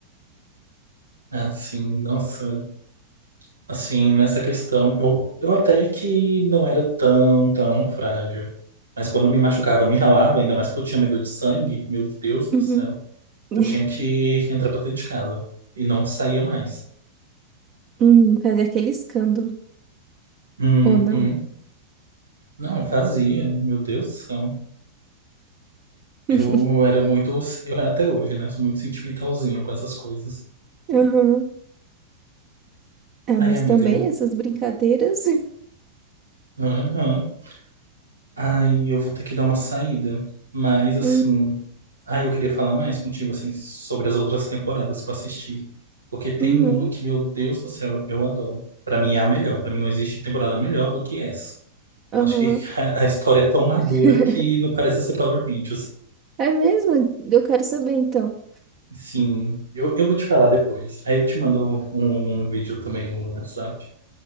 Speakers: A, on the right (about 85°); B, on the right (about 40°).
A: Ah, sim, nossa, assim, nessa questão, eu, eu até que não era tão, tão frágil. Mas quando eu me machucava, me ralava, ainda mais porque eu tinha medo de sangue, meu Deus do
B: Uhum.
A: céu.
B: <laughs>
A: Eu tinha que entrar pra dentro de casa e não saía mais.
B: Uhum, fazer aquele escândalo,
A: Uhum.
B: ou não.
A: Não, fazia, meu Deus do céu. Eu
B: <laughs>
A: era muito, eu até hoje, né, sou muito sentimentalzinho com essas coisas.
B: Uhum. Ah,
A: Ai,
B: mas
A: amiga,
B: também essas brincadeiras. <laughs>
A: Aham. Ai, eu vou ter que dar uma saída. Mas, assim.
B: Hum,
A: Ai, eu queria falar mais contigo, assim, sobre as outras temporadas que eu assisti. Porque tem
B: Uhum.
A: uma que, meu Deus do céu, eu adoro. Pra mim é a melhor. Pra mim não existe temporada melhor do que essa.
B: Aham.
A: Eu Acho que <laughs> a a história é tão madura
B: <laughs>
A: que não parece ser Power Rangers.
B: É mesmo? Eu quero saber então.
A: Sim, eu, eu vou te falar depois. Aí eu te mando um um vídeo também no WhatsApp.